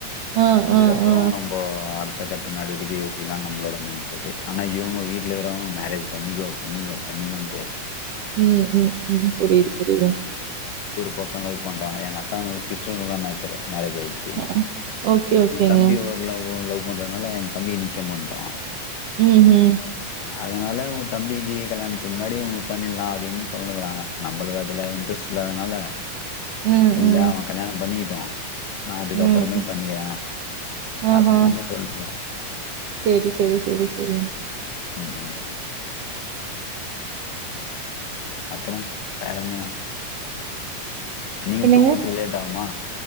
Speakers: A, on the right; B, on the left.
A: ஆ,
B: அதுக்கப்புரோ
A: ஆ, ஆ.
B: நம்போ அடுத் த்த கட்ட நடவடிக்கையே யோசிக்கலான் நம்பளோட மைண்ட் செட்டே ஆனா இவுங்க வீட்ல இருக்குறவங்க மேரேஜ் பண்ணிக்கோ பண்ணிக்கோ பண்ணிக்கோன்ட்டு
A: உம் உம் உம் புரிது புரிதுங்
B: போக்கம் லவ் பண்ணறாங்க எங்க அக்காங்களுக்கு சிஸ்டருங்க தா மேச்சரே மேரேஜ் ஆயிச்சி
A: அ, அ. ஓகே, ஓகேங்க.
B: தம்பி ஒருலவ்வு லவ் பண்றதுனால எங்க தம்பிக்கு நிச்யோ பண்ட்டோ
A: உம் உம்
B: அதனால உங் தம்பிக்கி கல்யாணத்துக்கு முன்னாடியே உனுக்கு பண்ணிடலா அப்டின்னு சொல்னுகுறாங்க நம்பளுக்கு அதுல இன்ட்ரெஸ்ட் இல்லாததுனால
A: ம்,
B: இல்ல
A: ம்,
B: அவன் கல்யாணம் பண்ணிட் டும் நான் அதுக்கப்புறமே
A: ம்.
B: பண்ணிக்கிறே
A: ஆஹா.
B: அப்டின்னு நம்ப சொல்ட்ருக்கறோ
A: சரி, சரி, சரி, சரிங்க.
B: ம் அப்ரோ வேற என்னலா நீங்க
A: என்னங்க?
B: தூங்குறதுக்கு லேட் ஆகுமா